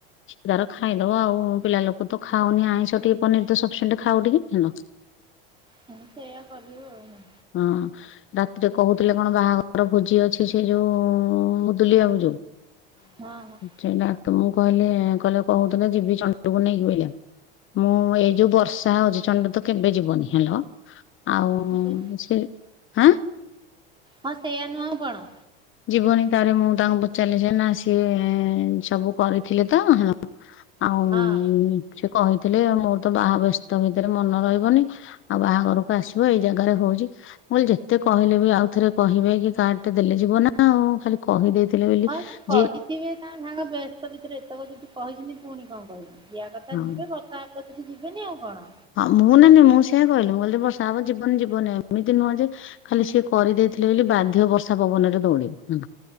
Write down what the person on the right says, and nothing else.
ହଁ ସେଇୟା କରିବୁ ଆଉ।
ହଁ ହଁ।
ହଁ ହଁ
ହଁ ସେଇୟା ନୁହଁ ଆଉ କଣ?
ହଁ।
ହଁ ସେ କହିଥିବେ
ତା ନାଙ୍ଗ ବ୍ୟସ୍ତ ଭିତରେ ଏତକ ଯେଦି କହିଛନ୍ତି ପୁଣି କଣ କହିବି ଯିବା କଥା
ଯିବେ କଥା କତକି ଯିବେନି ଆଉ କଣ।